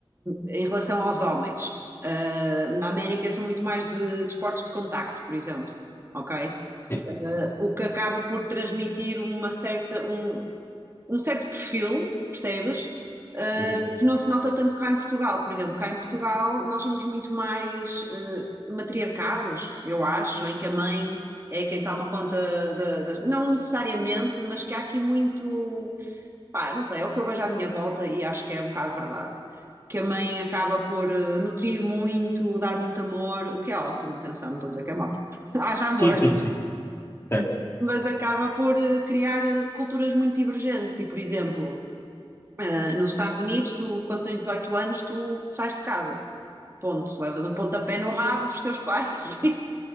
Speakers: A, on the right (about 25°); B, on the left (about 25°).
A: em relação aos homens. Ah, na América são muito mais de desportos de, contacto, por exemplo, ok?
B: Sim.
A: Ah, o que acaba por transmitir uma certa, um, um certo perfil, percebes? Ah,
B: Uhum.
A: que não se nota tanto cá em Portugal, por exemplo. Cá em Portugal nós somos muito mais ah, matriarcados, eu acho, em que a mãe é quem toma conta da- das. Não necessariamente, mas que há aqui muito. Pá, não sei, é o que eu vejo à minha volta e acho que é um bocado verdade que a mãe acaba por eh, nutrir muito, dar muito amor, o que é ótimo, atenção, não estou a dizer que é mau. <laughs> Haja amor,
B: Sim, sim, sim, sim. Certo.
A: mas acaba por eh, criar eh, culturas muito divergentes. E, por exemplo, eh, nos Estados Unidos, tu, quando tens 18 anos, tu sais de casa, ponto. Levas um pontapé no rabo dos teus pais <laughs> e,